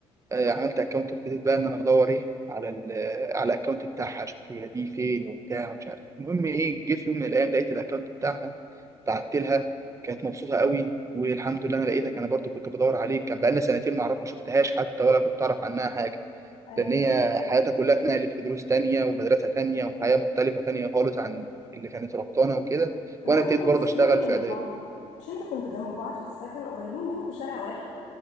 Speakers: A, on the right (about 25°); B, on the left (about 85°).
A: آه، عملت اكونت ابتديت بقى ان انا ادور ايه على ال على الاكونت بتاعها اشوف هي دي فين وبتاع ومش عارف إيه. المهم ايه جه في يوم من الايام لقيت الاكونت بتاعها بعت لها كانت مبسوطه قوي والحمد لله انا لقيتك انا برضو كنت بدور عليك كان بقالنا سنتين ما اعرف ما شفتهاش حتى ولا كنت اعرف عنها حاجه
B: ايوه
A: لان هي حياتها كلها اتنقلت في دروس تانية ومدرسه تانية وحياه مختلفه تانية خالص عن اللي كانت ربطانه وكده
B: طب
A: وانا
B: ما انتوا
A: ابتديت
B: كنتوا
A: برضه
B: ساكنين
A: اشتغل
B: جنب
A: في اعداد
B: بعض مش انتوا كنتوا جنب بعض في السكن قريبين بينكم شارع واحد